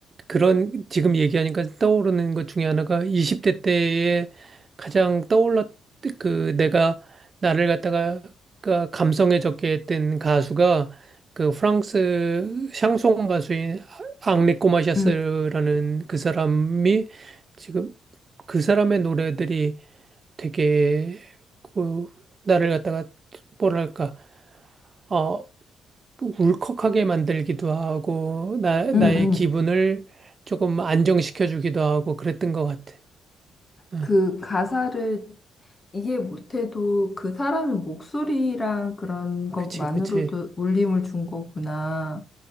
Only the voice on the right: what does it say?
그런 지금 얘기하니까 떠오르는 것 중에 하나가 20대 때에 가장 떠올랐 그 내가 나를 갖다가 가- 감성해졌게 했던 가수가 그 프랑스 샹송 가수인 앙리 꼬마샤스라는
그 사람이 지금 그 사람의 노래들이 되게 그 나를 갖다가 뭐랄까 어, 울컥하게 만들기도 하고, 나, 나의
기분을 조금 안정시켜주기도 하고 그랬던 것 같아. 어,
그치, 그치.